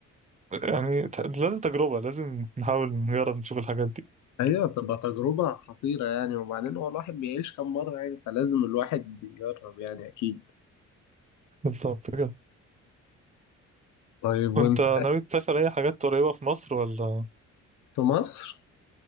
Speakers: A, on the right; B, on the left.
A: يعني ت- لازم تجربة لازم نحاول نجرب نشوف الحاجات دي
B: ايوه بتبقى تجربة خطيرة يعني وبعدين هو الواحد بيعيش كم مرة يعني فلازم الواحد يجرب يعني اكيد
A: بالظبط كده
B: طيب وانت
A: وأنت ناوي تسافر أي حاجات قريبة في مصر ولا
B: في مصر